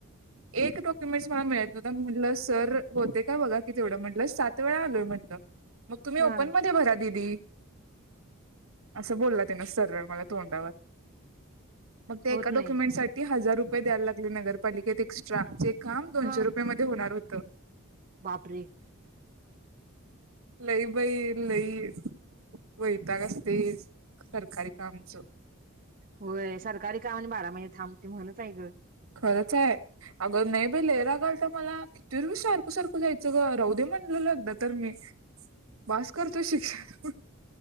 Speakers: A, on the right; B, on the right.
A: एक डॉक्युमेंट्स मला मिळत नव्हत म्हटलं? सर होते का बघा कि तेवढं म्हटलं सात वेळा आलोय म्हटलं. मग तुम्ही ओपन
B: हा
A: मध्ये भरा दीदी. असं बोलला त्यांन सरळ मला तोंडावर. मग त्या
B: होत
A: एका डॉक्युमेंट
B: नाही
A: साठी हजार रुपये द्यायला लागले नगरपालिकेत एक्स्ट्रा चेक. - काम दोनशे
B: हा
A: रुपयमधे होणार होत?
B: बापरे
A: लई बाई लई- वैताग असतय सरकारी कामच
B: होय सरकारी कामा आणि बारा महिने थांब ति म्हणच आहे ग
A: खरंच आहे? आग नाही बाई लई राग आलता मला किती सारखं सारखं जायचं ग राहू दे. म्हणून तर मी बास करतो शिक्षण.